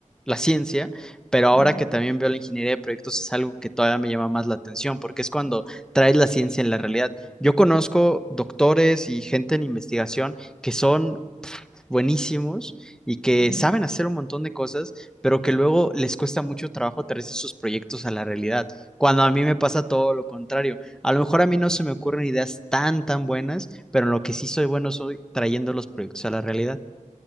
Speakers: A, in the centre; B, on the left.
A: la ciencia, pero ahora
B: Ujú,
A: que también veo la ingeniería de proyectos es algo que todavía me llama más la atención, porque es cuando traes la ciencia en la realidad. Yo conozco doctores y gente en investigación que son pf, buenísimos y que
B: ujú,
A: saben hacer un montón de cosas, pero que luego les cuesta mucho trabajo traerse sus proyectos a la realidad, cuando a mí me pasa todo lo contrario. A lo mejor a mí no
B: ujú,
A: se me ocurren ideas tan, tan buenas, pero en lo que sí soy bueno soy trayendo los proyectos a la realidad.